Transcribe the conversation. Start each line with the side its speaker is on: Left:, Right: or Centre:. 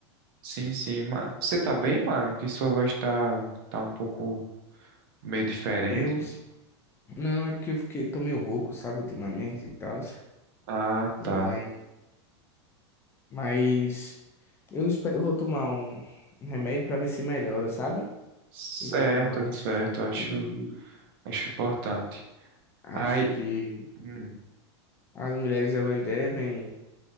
Right: Sim, sim, mas você tá bem, mano? Que sua voz tá, tá um pouco meio diferente.
Left: Eu
Right: tudo.
Left: Não, é porque eu fiquei, tô meio rouco, sabe, ultimamente e tal.
Right: Ah,
Left: E
Right: tá.
Left: aí, mas eu espero, eu vou tomar um um remédio pra ver se melhora, sabe?
Right: Certo,
Left: E tudo mais.
Right: certo, acho,
Left: E
Right: acho importante.
Left: acho
Right: Aí,
Left: que
Right: Hum.
Left: as mulheres elas devem